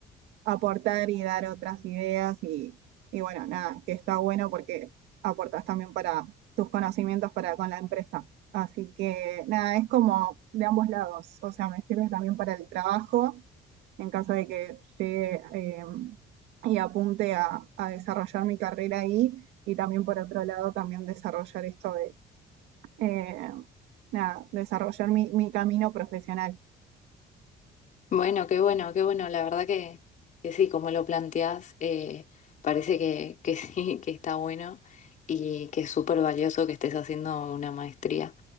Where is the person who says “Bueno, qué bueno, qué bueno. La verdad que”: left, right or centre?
Left